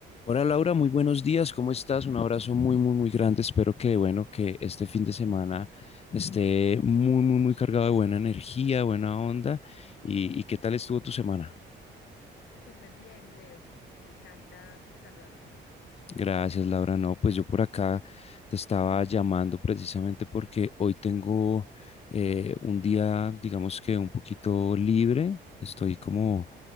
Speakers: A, on the left; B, on the left.
A: Hola Laura, muy buenos días, ¿cómo estás? Un abrazo muy, muy, muy grande. Espero que, bueno, que este fin de semana esté muy, muy, muy cargado de buena energía, buena onda. ¿Y, y qué tal estuvo tu semana?
B: Súper bien, Leo. Me encanta saludarte.
A: Gracias, Laura. No, pues yo por acá te estaba llamando precisamente porque hoy tengo eh, un día, digamos que un poquito libre. Estoy como,